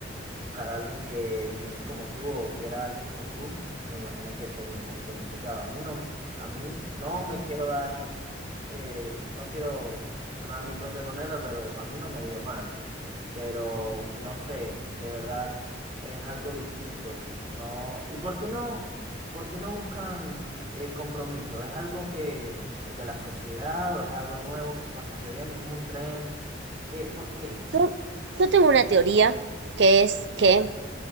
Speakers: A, on the right (about 35°); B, on the right (about 70°).
A: buscar a alguien que piense como tú o quiera a alguien como tú, me imagino que sería un poquito complicado. A mí no, a mí no me quiero dar, eh, no quiero sonar mi propia corneta, pero a mí no me ha ido mal. Pero no sé, de verdad es algo distinto. No, ¿y por qué no? ¿Por qué no buscan eh, compromiso? ¿Es algo que de la sociedad o es algo nuevo que está sucediendo? ¿Es como un tren? ¿Qué? ¿Por qué?
B: Yo, yo tengo una teoría que es que